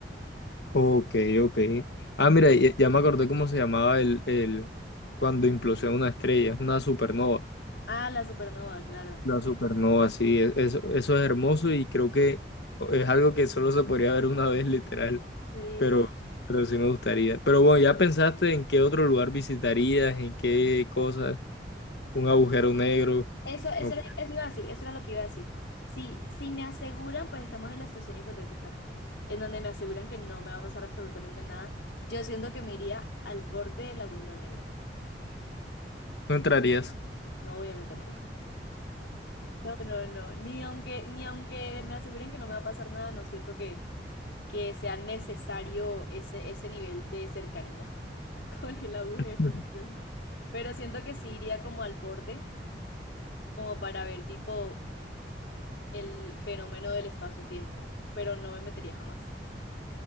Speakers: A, on the left; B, on the left.
A: Ok, ok. Ah, mira, ya, ya me acordé cómo se llamaba el, el cuando implosiona una estrella, es una supernova.
B: Ah, la supernova, claro.
A: La supernova, sí, e- eso, eso es hermoso y creo que es algo que solo se podría ver una vez, literal,
B: Sí.
A: pero, pero sí me gustaría. Pero bueno, ¿ya pensaste en qué otro lugar visitarías, en qué cosas? Un agujero negro,
B: Eso, eso
A: no,
B: era, eso iba a decir, eso era lo que iba a decir. Si, si me aseguran, pues estamos en la situación hipotética, en donde me aseguran que no me va a pasar absolutamente nada, yo siento que me iría al borde del agujero negro.
A: no entrarías.
B: No, obviamente no. <laughs> No, no, no. Ni aunque, ni aunque me aseguren que no me va a pasar nada, no siento que, que sea necesario ese, ese nivel de cercanía. <laughs> con el agujero
A: <laughs>
B: negro. Pero siento que sí iría como al borde, como para ver tipo el fenómeno del espacio-tiempo, pero no me metería jamás.